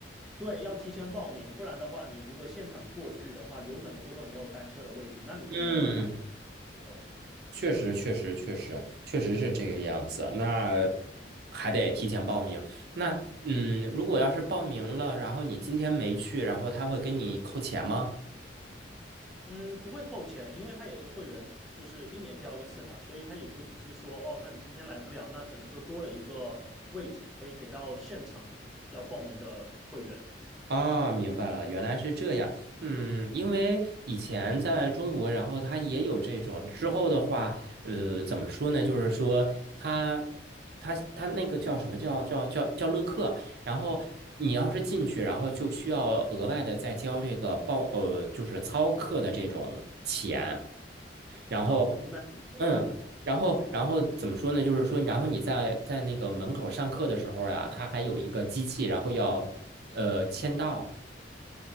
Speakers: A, in the centre; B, on the right (about 60°).
A: 对，要提前报名，不然的话，你如果现场过去的话，有可能就会没有单车的位置，那你就没有办法去
B: 嗯，
A: 哦，
B: 确实，确实，确实，确实是这个样子。那还得提前报名。那嗯，如果要是报名了，然后你今天没去，然后他会跟你扣钱吗？
A: 嗯，不会扣钱，因为他也是会员，就是一年交一次嘛，所以他也就只是说，哦，那你今天来不了，那可能就多了一个位置可以给到现场要报名的会员。
B: 啊，明白了，原来是这样。嗯，因为以前在中国，然后他也有这种。之后的话，呃，怎么说呢？就是说他，他，他那个叫什么叫叫叫叫乐课。然后你要是进去，然后就需要额外的再交这个报，呃，就是操课的这种钱。然后，
A: 啊，我明白你说的这个
B: 嗯。然后，然后怎么说呢？就是说，然后你在在那个门口上课的时候呀啊，他还有一个机器，然后要呃签到。